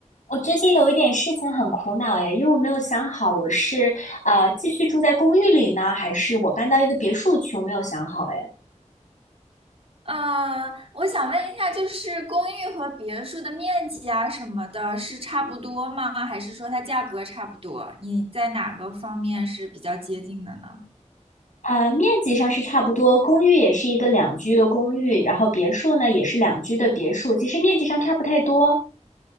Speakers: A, on the left (about 85°); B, on the right (about 50°).
A: 我最近有一点事情很苦恼哎，因为我没有想好我是呃继续住在公寓里呢，还是我搬到一个别墅去，我没有想好哎。
B: 呃，我想问一下，就是公寓和别墅的面积啊什么的，是差不多吗？还是说它价格差不多？你在哪个方面是比较接近的呢？
A: 呃，面积上是差不多，公寓也是一个两居的公寓，然后别墅呢也是两居的别墅，其实面积上差不太多。